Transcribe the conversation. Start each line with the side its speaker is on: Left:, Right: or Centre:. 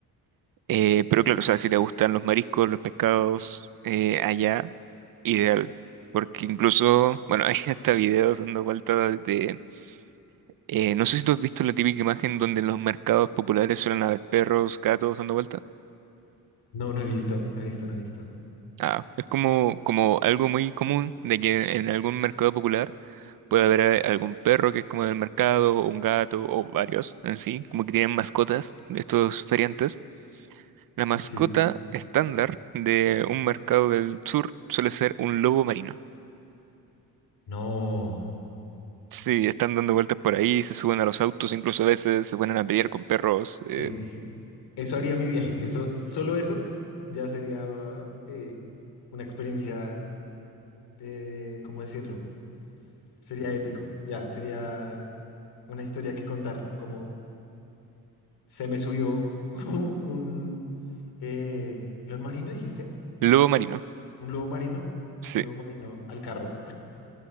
Right: Eh, pero claro, o sea, si te gustan los mariscos, los pescados, eh, allá, ideal. Porque incluso, bueno, <laughs> hay hasta videos dando vueltas de Eh, no sé si tú has visto la típica imagen donde en los mercados populares suelen haber perros, gatos dando vuelta.
Left: No, no he visto, no he visto, no he visto.
Right: Ah, es como, como algo muy común de que en algún mercado popular puede haber eh, algún perro que es como del mercado, o un gato, o varios en sí, como que tienen mascotas de estos feriantes. La mascota
Left: Sí, sí.
Right: estándar de un mercado del sur suele ser un lobo marino.
Left: No.
Right: Sí, están dando vueltas por ahí, se suben a los autos, incluso a veces se ponen a pelear con perros. eh,
Left: En se- eso haría mi viaje. Eso, solo eso ya sería eh, una experiencia, eh, ¿cómo decirlo? Sería épico. Ya, sería una historia que contar. Como se me subió <laughs> un eh, león marino, dijiste.
Right: lobo marino.
Left: Un lobo marino,
Right: Sí,
Left: un lobo marino al carro.